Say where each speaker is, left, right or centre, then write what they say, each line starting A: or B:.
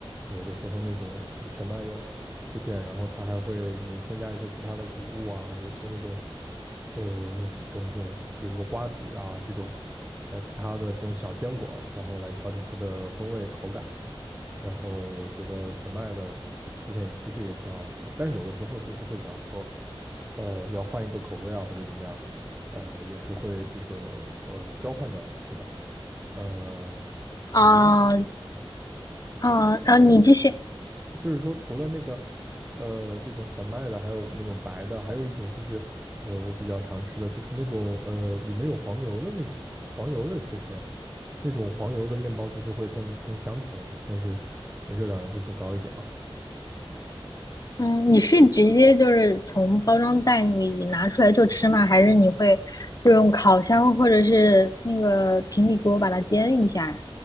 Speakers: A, on the right; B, on the left.
A: 有的时候那种全麦的切片，然后它还会里面添加一些其他的谷物啊，有一些那种呃这种这种比如说瓜子啊这种呃其他的这种小坚果，然后来调整它的风味口感。然后我觉得全麦的切片其实也挺好吃的，但是有的时候就是会想说，呃，要换一个口味啊，或者怎么样，呃，也是会这个呃交换着来吃的。呃，除
B: 啊、啊、啊，你继续。
A: 就是说除了那个呃这种全麦的，还有那种白的，还有一种就是呃我比较常吃的就是那种呃里面有黄油的那种黄油的切片，那种黄油的面包就是会更更香甜一点，但是热量也会更高一点嘛。
B: 嗯，你是直接就是从包装袋里拿出来就吃吗？还是你会就用烤箱或者是那个平底锅把它煎一下呀？